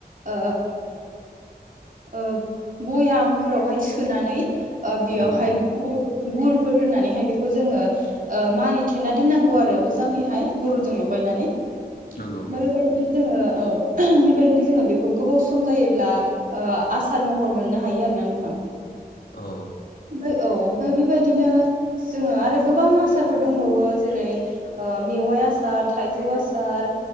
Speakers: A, on the right; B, on the left.
A: ओ ओ बयामफोरावहाय सोनानै ओ बियावहाय
B: नंगौ
A: गुर गुरफोर होननानैहाय बेखौ जोङो ओ मारिथेना दोन्नांगौ आरो मोजाङैहाय गुरजों लगायनानै।
B: नंगौ
A: बै बायदिनो जोङो। औ बिबायदिनो जोङो बेखौ गोबाव सम जायोब्ला ओ आसार महर मोन्नो हायो आरोना नोंथां।
B: औ।
A: ओ औ ओमफाय बेबायदिनो जोङो आरो गोबां आसारफोर दंबावो जेरै ओ मेवाइ आसार थाइजौ आसार